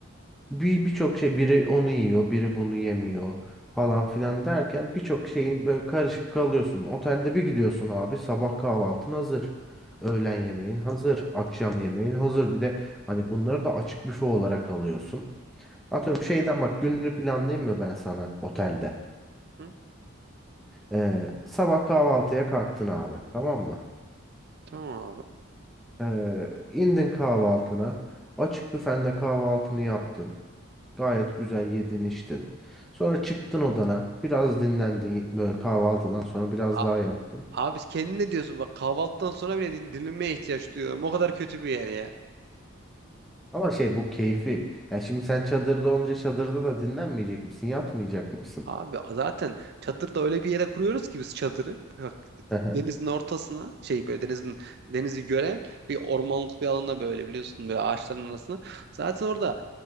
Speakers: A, in the centre; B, on the right.
A: bir birçok şey biri onu yiyor biri bunu yemiyor falan filan derken birçok şeyin böyle karışıp kalıyorsun otelde bir gidiyorsun abi sabah kahvaltın hazır öğlen yemeğin hazır akşam yemeğin hazır bir de hani bunları da açık büfe olarak alıyorsun. Atıyorum şeyden bak gününü planlayayım mı ben sana otelde?
B: Hı?
A: Ee, sabah kahvaltıya kalktın abi tamam mı?
B: Tamam abi.
A: Ee, indin kahvaltına. Açık büfende kahvaltını yaptın. Gayet güzel yedin içtin. Sonra çıktın odana. Biraz dinlendin böyle kahvaltıdan sonra biraz
B: A-
A: daha yattın.
B: abi kendin ne diyorsun? Bak kahvaltıdan sonra bile din- dinlenmeye ihtiyaç duyuyorum. O kadar kötü bir yer ya.
A: Ama şey bu keyfi. Yani şimdi sen çadırda olunca çadırda da dinlenmeyecek misin? Yatmayacak mısın?
B: Abi zaten çadırda öyle bir yere kuruyoruz ki biz çadırı. Bak,
A: <laughs>
B: denizin ortasına şey böyle denizin denizi gören bir ormanlık bir alana böyle biliyorsun böyle ağaçların arasına. Zaten orada